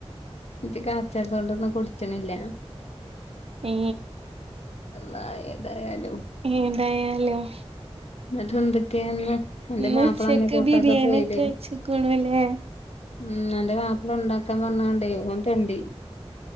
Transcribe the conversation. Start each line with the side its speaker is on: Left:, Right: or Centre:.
Left: ജ്ജ് കാച്ചത്തൊണ്ടിന്നും കുടിച്ചിണില്ല
Right: ഏ
Left: അല്ലാഹ് ഏതായാലും
Right: ഏതായാലും
Left: എന്ന്ട്ട് ന്തൊക്കെയായിന്ന് ന്റ
Right: ഇന്ന്
Left: മാപ്പള
Right: ഉച്ചക്ക്
Left: അന്ന കൂട്ടാതെ
Right: ബിരിയാണി
Left: പോയില്ലേ
Right: ഒക്കെ കഴിച്ചിക്കണുല്ലേ
Left: ഉം ന്റ മപ്പ്ള ഇണ്ടാക്കാൻ പറഞ്ഞണ്ടേ ഓൻ തെണ്ടി